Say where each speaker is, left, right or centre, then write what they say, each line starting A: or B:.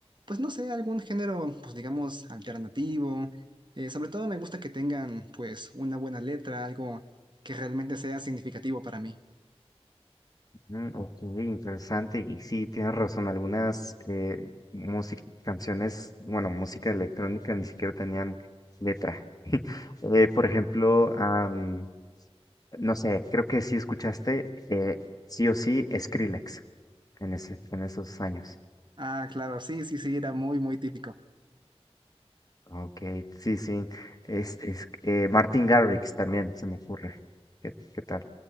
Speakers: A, on the right; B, on the left.
A: pues no sé, algún género, pues digamos, alternativo. Eh, sobre todo me gusta que tengan pues una buena letra, algo que realmente sea significativo para mí.
B: Mm, ok, interesante. Y sí, tienes razón. Algunas eh, música- canciones, bueno, música electrónica ni siquiera tenían letra. <laughs> Eh, por ejemplo, am, no sé, creo que sí escuchaste, eh, sí o sí, Skrillex en ese, en esos años.
A: Ah, claro, sí, sí, sí, era muy, muy típico.
B: Ok, sí, sí. Es, es, eh, Martin Garrix también, se me ocurre. ¿Qué, qué tal?